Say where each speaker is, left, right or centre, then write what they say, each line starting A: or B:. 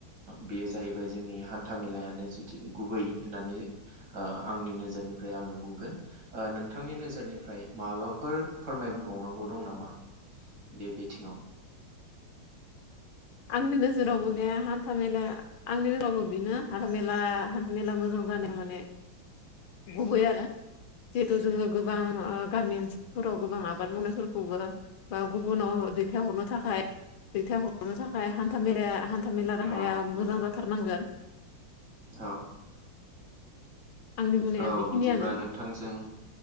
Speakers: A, on the right (about 50°); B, on the left (about 75°).
A: बेयो जाहैबाय जोंनि हान्था मेलायानो जुदि गुबै होननानै ओ आंनि नोजोरनिफ्राय आङो बुंगोन नोंथांनि नोजोरनिफ्राय माबाफोर फोरमायबावनांगौ दं नामा बे बिथिङाव
B: आंनि नोजोरावबो बे हान्था मेला आंनि रावबो बेनो हान्था मेला हान्था मेला मोजां जानाय माने गुबै आरो जिहेथु जोङो गोबां गामि ओनसोलफोराव गोबां आबाद मावनायफोरखौबो बा गुबुनाव दैथाय हरनो थाखाय दैहर नो थाखाय हान्था माया हान्था मेला राहाया
A: औ
B: मोजां
A: नोंथां
B: जाथारनांगोन
A: औ
B: उम आंनि बुंनाया
A: औ
B: बेखिनियानो
A: बिदिबा नोंथांजों